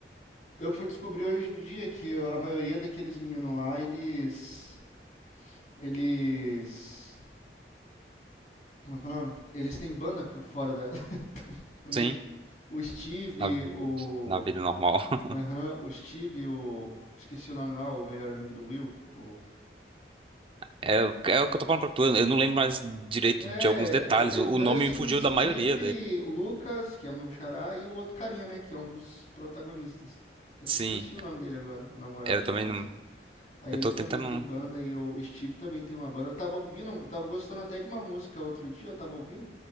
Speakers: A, on the left; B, on the right.
A: eu fui descobrir hoje em dia que a maioria daqueles meninos lá, eles. Eles. Como é que é o nome? Eles têm banda por fora da. <laughs> Também.
B: Sim,
A: O Steve,
B: na, vi-
A: o.
B: na vida normal. <laughs>
A: Aham, o Steve, o. Esqueci o nome lá, o melhor amigo do Will. o-
B: É, o- é o que eu tô falando pra tu, eu não lembro mais direito
A: É,
B: de alguns detalhes,
A: tem
B: o,
A: o Dustin,
B: o nome me fugiu
A: Steve,
B: da maioria dele.
A: o Lucas, que é o meu xará, e o outro carinha, né? Que é um dos protagonistas. Só
B: Sim,
A: que eu esqueci o nome dele agora, o namorado
B: é, eu
A: da
B: também
A: Onze.
B: não,
A: Aí
B: eu
A: ele
B: tô
A: também
B: tentando,
A: tem banda e o Steve também tem uma banda. Eu tava ouvindo, eu tava gostando até de uma música outro dia, eu tava ouvindo.